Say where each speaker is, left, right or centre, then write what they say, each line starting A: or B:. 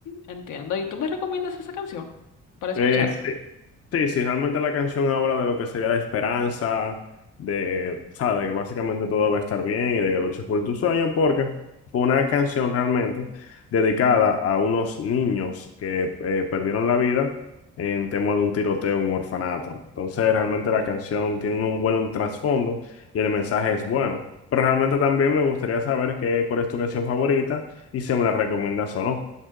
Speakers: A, on the left; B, on the left.
A: entiendo. ¿Y tú me recomiendas esa canción para escucharla?
B: Eh, <laughs> Sí, sí, realmente la canción habla de lo que sería de esperanza, de, ¿sabes? De que básicamente todo va a estar bien y de que luches por tu sueño, porque fue una canción realmente dedicada a unos niños que eh, perdieron la vida en tema de un tiroteo en un orfanato. Entonces, realmente la canción tiene un buen trasfondo y el mensaje es bueno. Pero realmente también me gustaría saber qué, cuál es tu canción favorita y si me la recomiendas o no.